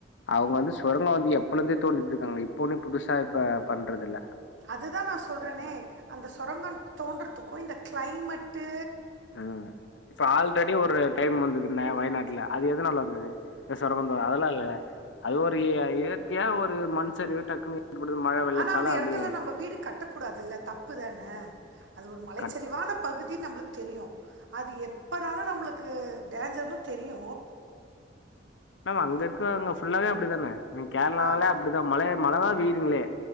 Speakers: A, on the left (about 75°); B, on the right (about 85°).
A: அவுங்க வந்து சொரங்கோ வந்து எப்பழுந்தே தோண்டிட்ருக்காங்க இப்ப ஒன்னு புதுசா இப்ப பண்றதில்ல
B: அதுதா நா சொல்றேனே அந்த சொரங்கோ தோன்றதுக்கு இந்த கிளைமெட்டு
A: ம் இப்ப ஆல்ரெடி ஒரு டைம் வந்தது னாங்க வயநாட்ல அது எதுனால வந்தது இந்த சொரங்கொ தோ அதெல்லா இல்லல்ல அது ஒரு இய இயற்கையா ஒரு மண் சரிவு டக்குன்னு ஏற்ப்பட்டது மழ வெள்ளத்தால
B: ஆனால் அந்த இடத்துல
A: அப்டே
B: நம்ம வீடு கட்டக்கூடாதுல்ல தப்பு தானே அது ஒரு மலைச்சரிவான
A: கட்
B: பகுதி நம்ளுக் தெரியு அது எப்பனாலு நம்ளுக்கு டேஞ்சர்னு தெரியு
A: மேம் அங்க இருக்கவங்க ஃபுல்லாவே அப்டிதானே இனி கேர்ளானாலே
B: ஆ
A: அப்டிதா மழ மழதா பெய்துங்ளே